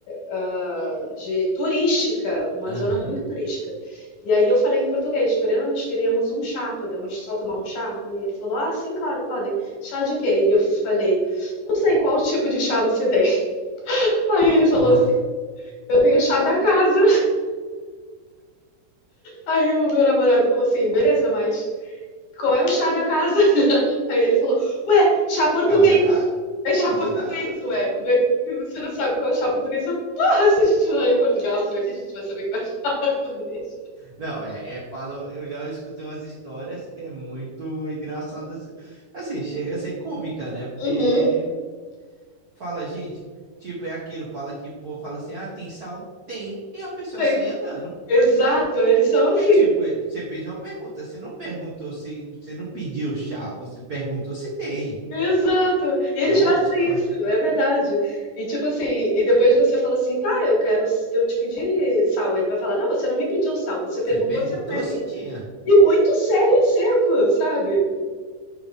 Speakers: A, on the left (about 65°); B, on the right (about 55°).
A: ah, de turística, uma
B: Aham.
A: zona muito Uhum. turística. E aí eu falei em português, falei, "Ah, nós queríamos um chá, podemos só tomar um chá? E ele falou, ah, sim, claro, podem. Chá de quê? E eu falei, não sei qual tipo de chá você tem. <laughs> Aí ele falou
B: Pô,
A: assim, eu tenho chá da casa. Aí o meu namorado falou assim, beleza, mas qual é o chá da casa? <laughs> Aí ele falou, ué, chá português.
B: é o da casa?
A: É
B: Não
A: chá
B: é o
A: português,
B: da casa?
A: ué. Como é que você não sabe qual é o chá português? Eu, porra, se a gente não mora em Portugal, como é que a gente vai saber qual é o chá <laughs> português?
B: Não, é, é palo. Eu já escutei umas histórias que é muito engraçada. Assim, Assim, chega a ser cômica, né? Porque
A: Uhum.
B: fala, gente, tipo, é aquilo, fala que o povo fala assim: ah, tem sal? Tem. E a pessoa
A: Sim,
B: sai andando.
A: exato, eles são
B: Porque,
A: assim.
B: tipo, eh, você fez uma pergunta, você não perguntou se. Você não pediu chá, você perguntou se tem.
A: Exato. E eles
B: É outra
A: fazem
B: história.
A: isso, é verdade. E tipo assim, e depois você fala assim, tá, eu quero, eu te pedi sal. Ele vai falar, não, você não me pediu sal, você perguntou
B: Você perguntou
A: se eu tenho.
B: se tinha.
A: E muito sério e seco, sabe?